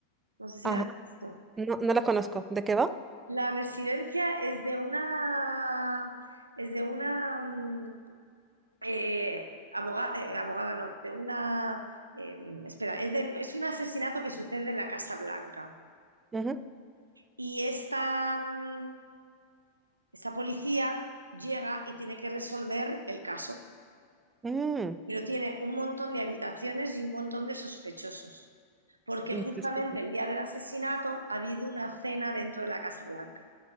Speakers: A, on the right; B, on the right.
A: No sé si
B: Ajá.
A: la has visto.
B: No, no la conozco. ¿De qué va?
A: La Residencia es de una, es de una mm, eh, aboga- eh, abogada, no, de una, eh, espera, es de- es un asesinato que sucede en la Casa Blanca.
B: Ujú.
A: Y esta, mm, Esta policía llega y tiene que resolver el caso,
B: Mm,
A: pero tiene un montón de habitaciones y un montón de sospechosos, porque
B: interesante.
A: justamente el día del asesinato ha habido una cena dentro de la Casa Blanca.